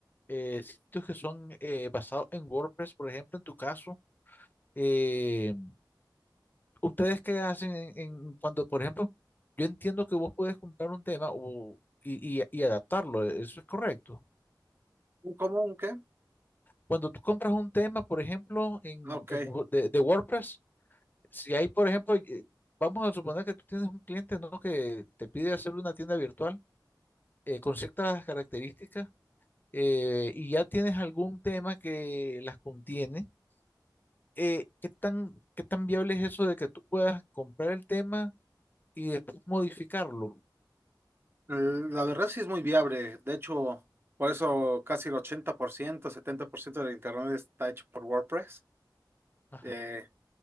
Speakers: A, on the left (about 25°); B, on the right (about 30°).
A: eh, sitios que son eh, basados en WordPress, por ejemplo, en tu caso, eh, ¿ustedes qué hacen en, en cuando, por ejemplo, yo entiendo que vos puedes comprar un tema o- y, y- y adaptarlo, e, eso es correcto.
B: ¿Un común qué? Ah,
A: Cuando tú compras un tema, por ejemplo, en,
B: Ok.
A: en
B: Eh,
A: Wo- de, de WordPress, si hay, por ejemplo, eh, vamos a suponer que tú tienes un cliente, ¿no? que te pide hacer una tienda virtual eh, con ciertas características eh, y ya tienes algún tema que las contiene, eh, ¿qué tan, qué tan viable es eso de que tú puedas comprar el tema y después modificarlo?
B: La verdad sí es muy viable. De hecho, por eso casi el ochenta por ciento setenta por ciento del internet está hecho por WordPress.
A: Ajá.
B: Eh,